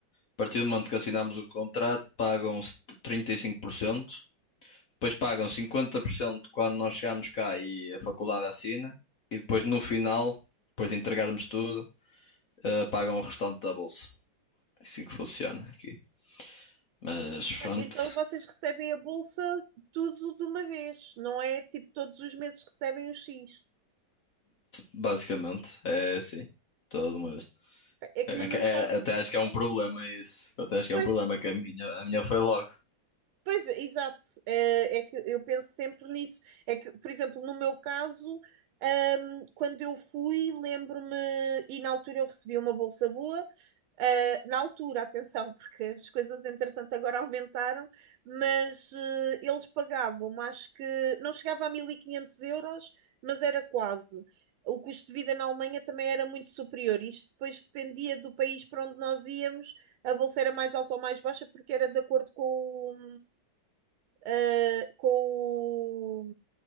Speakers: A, on the left; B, on the right.
A: a partir do momento que assinamos o contrato, pagam 35%, depois pagam 50% quando nós chegamos cá e a faculdade assina, e depois no final, depois de entregarmos tudo, eh, pagam o restante da bolsa. É Assim que funciona aqui. Mas
B: Ah,
A: pronto,
B: Então vocês recebem a bolsa tudo de uma vez, não é tipo todos os meses recebem um X.
A: basicamente é assim, toda uma vez.
B: É
A: É
B: que no meu
A: que- é-
B: caso,
A: até
B: por exemplo,
A: acho que é um problema isso. Eu Até acho que
B: pois,
A: é um problema que a minha, a minha foi logo.
B: pois, exato, é, é que eu penso sempre nisso. É que, por exemplo, no meu caso, ahm, quando eu fui, lembro-me, e na altura eu recebi uma bolsa boa, Uh, na altura, atenção, porque as coisas entretanto agora aumentaram, mas uh, eles pagavam, acho que não chegava a 1.500 euros, mas era quase. O custo de vida na Alemanha também era muito superior. Isto depois dependia do país para onde nós íamos, a bolsa era mais alta ou mais baixa, porque era de acordo com o, ah, com o.